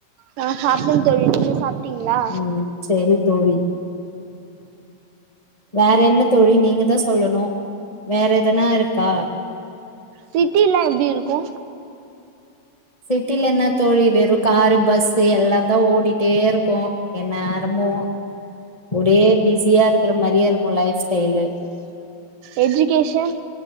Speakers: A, on the right; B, on the left.
A: நா சாப்டேன் தோழி நீங்க சாப்டீங்ளா
B: ம் சேரி தோழி வேற என்ன தோழி நீங்கதா சொல்லணு வேற எதனா இருக்கா
A: சிட்டிலா எப்டி இருக்கு
B: சிட்டில என்ன தோழி வெறு காரு பஸ்ஸு எல்லா தா ஓடிட்டே இருக்கு என்னேரமு ஒரே பிஸியா இருக்கிற மாரியே இருக்கு லைஃப் ஸ்டைலு
A: எஜிகேஷன்